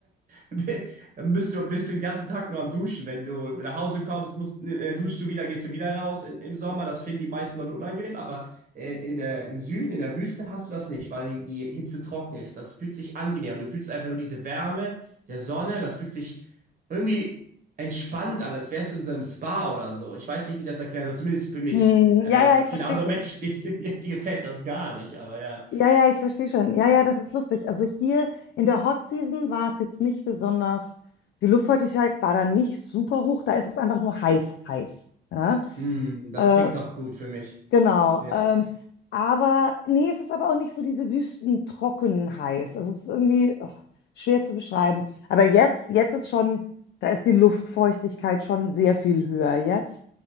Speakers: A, on the right (about 45°); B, on the left (about 60°).
A: bi- bist du, bist du den ganzen Tag nur am Duschen. Wenn du nach Hause kommst, musst, äh, duschst du wieder, gehst du wieder raus in, im Sommer. Das finden die meisten Leute unangenehm, aber äh, in der, im Süden, in der Wüste hast du das nicht, weil die Hitze trocken ist. Das fühlt sich angenehm und du fühlst einfach nur diese Wärme der Sonne. Das fühlt sich irgendwie entspannt an, als wärst du in so einem Spa oder so. Ich weiß nicht, wie ich das erklären soll, zumindest für mich.
B: Hm,
A: Ähm,
B: ja, ja, ich
A: viele
B: verstehe
A: andere
B: schon.
A: Menschen, <laughs> die, die gefällt das gar nicht, aber ja.
B: Ja, ja, ich verstehe schon. Ja, ja, das ist lustig. Also hier in der Hot Season war es jetzt nicht besonders, die Luftfeuchtigkeit war da nicht super hoch, da ist es einfach nur heiß, heiß. Ja,
A: Hm, das
B: äh,
A: klingt doch gut für mich.
B: genau.
A: Ja.
B: Ähm, aber nee, es ist aber auch nicht so diese wüstentrocken heiß. Es ist irgendwie ach, schwer zu beschreiben. Aber jetzt, jetzt ist schon, da ist die Luftfeuchtigkeit schon sehr viel höher jetzt.